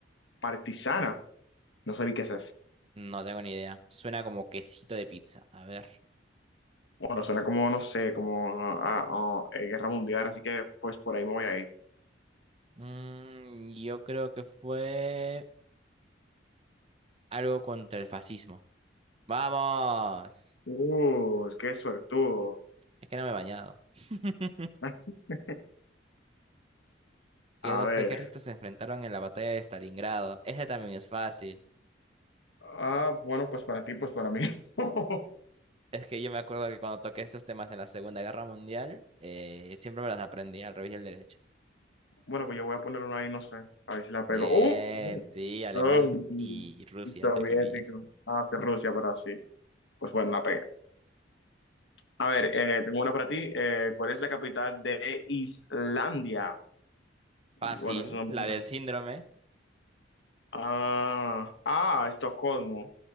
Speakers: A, on the left; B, on the right.
A: partisana? No sé ni qué es eso.
B: No tengo ni idea. Suena como quesito de pizza. A ver.
A: Bueno, suena como, no sé, como a, a- a, eh, guerra mundial, así que pues por ahí me voy a ir.
B: Mm, yo creo que fue algo contra el fascismo. ¡Vamos!
A: Uh, qué suertudo.
B: Es que no me he bañado. <laughs>
A: <laughs>
B: ¿Qué
A: A
B: dos
A: ver.
B: ejércitos se enfrentaron en la batalla de Stalingrado? Ese también es fácil.
A: Ah, bueno, pues para ti, pues para mí. <laughs>
B: Es que yo me acuerdo que cuando toqué estos temas en la Segunda Guerra Mundial, eh, siempre me las aprendí al revés y al derecho.
A: Bueno, pues yo voy a poner una ahí, no sé, a ver si la
B: Bien,
A: pego. ¡Uh!
B: sí, alemán
A: ¡Oh, ¡Ay, sí!
B: y Rusia,
A: Y soviético.
B: entre comillas.
A: Ah, sí, Rusia, pero sí. Pues bueno, la pega. A ver, eh, tengo una para ti. Eh, ¿cuál es la capital de Islandia? Y
B: Fácil,
A: bueno, esos son
B: la
A: están-
B: del síndrome.
A: Ah, ah, Estocolmo.